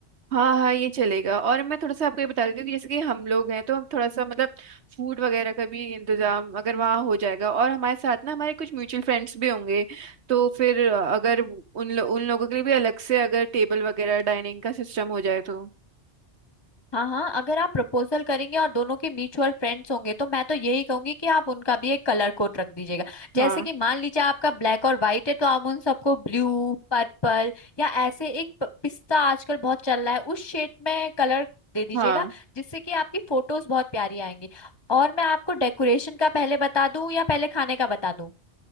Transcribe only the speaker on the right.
हाँ हाँ ये चलेगा और मैं थोड़ा सा आपको ये बता देती हूँ कि जैसे कि हम लोग हैं तो हम थोड़ा सा मतलब फूड वगैरह का भी इंतजाम अगर वहाँ हो जाएगा और हमारे साथ ना हमारे कुछ म्यूचुअल फ्रेंड्स भी होंगे तो फिर अगर उन लो, उन लोगों के लिए भी अलग से अगर टेबल वगैरह डाइनिंग का सिस्टम हो जाए तो
हाँ
हाँ